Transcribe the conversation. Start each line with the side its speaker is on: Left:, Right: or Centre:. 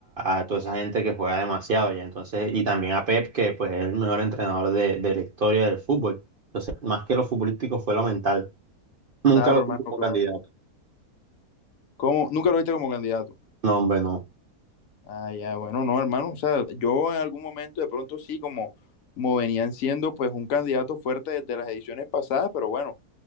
Right: a, a toda esa gente que juega demasiado, ya entonces, y también a Pep, que pues es el mejor entrenador de, de la historia del fútbol. Entonces, más que lo futbolístico fue lo mental. Nunca
Left: Claro,
Right: lo
Left: hermano,
Right: tuve como
Left: claro.
Right: candidato.
Left: ¿Cómo? ¿Nunca lo viste como candidato?
Right: No, hombre, no.
Left: Ah, ya, bueno, no, hermano. O sea, yo en algún momento de pronto sí, como, como venían siendo pues un candidato fuerte desde las ediciones pasadas, pero bueno.